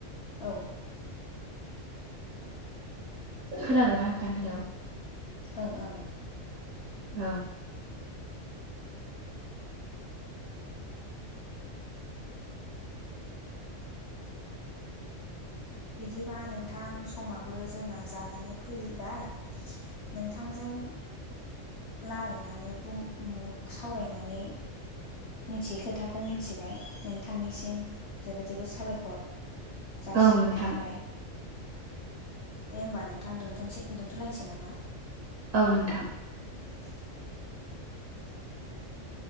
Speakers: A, on the left; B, on the right.
A: औ
B: खोनादोंना नोंथां हेलौ
A: ओं ओं
B: औ
A: बिदिबा नोंथां समाबो जोंना जानानै फैबाय नोंथांजों रलायनानै बुं मुं सावरायनानै मिथियै खोथाखौ मिथिबाय नोंथांनिसिम जोबोद जोबोद साबायखर। जासिहरनाय
B: औ नोंथां
A: थाबाय दे होमबा नोंथां दोनथ'सै दोन्थ'लायनोसै नामा?
B: औ नोंथां
A: <unintelligible>